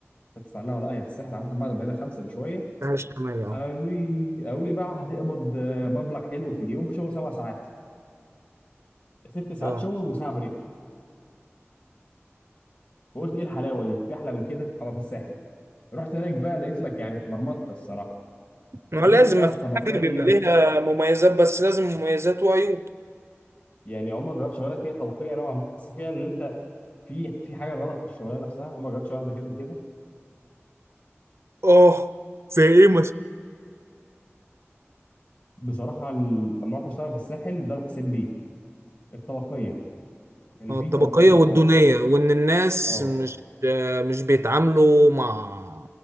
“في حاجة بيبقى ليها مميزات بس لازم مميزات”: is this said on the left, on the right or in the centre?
Right